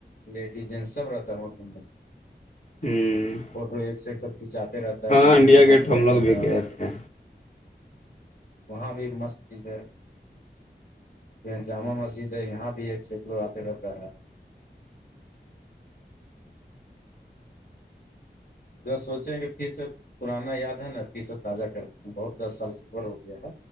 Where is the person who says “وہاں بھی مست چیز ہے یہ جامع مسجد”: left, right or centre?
Left